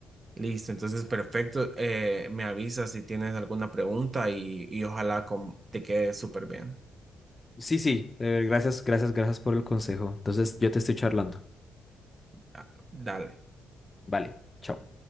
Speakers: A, on the right (about 30°); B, on the left (about 25°).
A: Listo, entonces perfecto. Eh, me avisas si tienes alguna pregunta y, y ojalá com- te quede súper bien.
B: Sí, sí, eh, gracias, gracias, gracias por el consejo. Entonces yo te estoy charlando.
A: Ah, Dale.
B: Vale, chao.